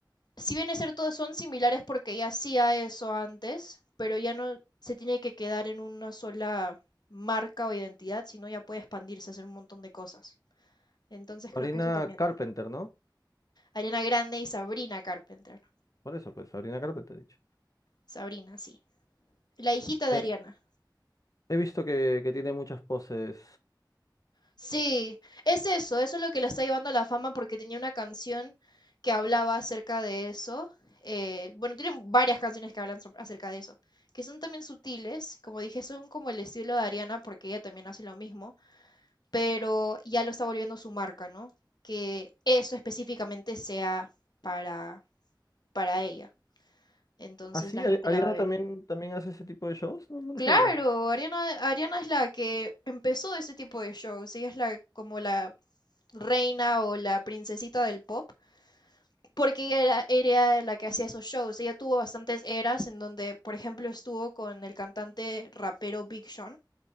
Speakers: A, on the left (about 65°); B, on the left (about 50°).
A: si bien es cierto, son similares porque ya hacía eso antes, pero ya no se tiene que quedar en una sola marca o identidad, sino ya puede expandirse, hacer un montón de cosas. Entonces
B: Sabrina
A: creo que eso también.
B: Carpenter, ¿no?
A: Ariana Grande y Sabrina Carpenter.
B: Por eso, pues, Sabrina Carpenter, he dicho.
A: Sabrina, sí. La hijita de
B: Eh,
A: Ariana.
B: he visto que, que tiene muchas poses.
A: Sí, es eso, eso es lo que lo está llevando a la fama porque tenía una canción que hablaba acerca de eso. eh, bueno, tiene varias canciones que hablan so- acerca de eso, que son también sutiles, como dije, son como el estilo de Ariana porque ella también hace lo mismo, pero ya lo está volviendo su marca, ¿no? Que eso específicamente sea para, para ella. Entonces
B: Ah, sí,
A: la
B: Ari-
A: gente
B: Ariana
A: la va a ver.
B: también, también hace ese tipo de shows, no, no lo
A: Claro,
B: sabía.
A: Ariana, Ariana es la que empezó ese tipo de shows, ella es la como la reina o la princesita del pop, porque ella era, era la que hacía esos shows. Ella tuvo bastantes eras en donde, por ejemplo, estuvo con el cantante rapero Big Sean